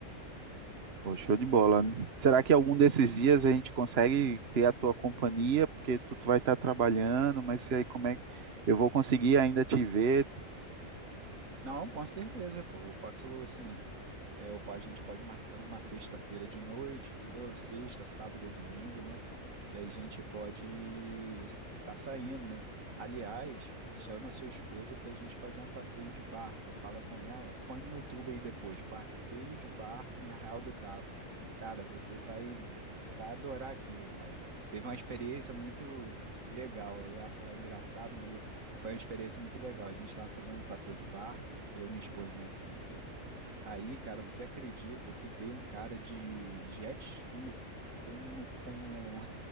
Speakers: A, on the right; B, on the right.
A: Pô, show de bola. Será que algum desses dias a gente consegue ter a tua companhia? Porque tu, tu vai estar trabalhando, mas e aí como é que eu vou conseguir ainda te ver?
B: Não, com certeza, pô. Eu posso, assim, É, ou pa- a gente pode marcar uma sexta-feira de noite, entendeu? Sexta, sábado ou domingo, né? Que a gente pode estar saindo, né? Aliás, chama sua esposa para a gente fazer um passeio de barco. Fala com ela. Põe no YouTube aí depois. Passeio de barco em Arraial do Cabo. Cara, você vai, vai adorar aquilo, cara. Teve uma experiência muito legal. Eu ia falar engraçado, mas foi uma experiência muito legal. A gente estava fazendo um passeio de barco, eu, minha esposa e minha filha. Aí, cara, você acredita que veio um cara de jet ski com, com,